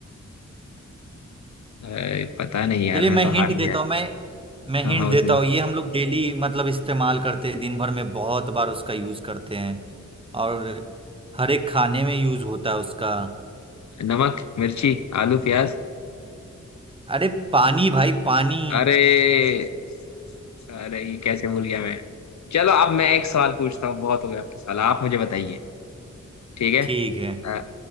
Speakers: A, on the left; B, on the right.
A: अ, पता नहीं यार
B: चलिए
A: मैं
B: मैं
A: तो
B: हिंट
A: हार गया
B: देता हूँ मैं मैं
A: हाँ
B: हिंट
A: हाँ
B: देता
A: बताइए
B: हूँ ये हम लोग डेली मतलब इस्तेमाल करते हैं दिन भर में बहुत बार उसका यूज करते हैं और हर एक खाने में यूज होता है उसका
A: नमक मिर्ची आलू प्याज
B: अरे पानी भाई पानी
A: अरे अरे ये कैसे भूल गया मैं चलो अब मैं एक सवाल पूछता हूँ बहुत हो गया आपके सवाल आप मुझे बताइए ठीक है
B: ठीक है
A: अ,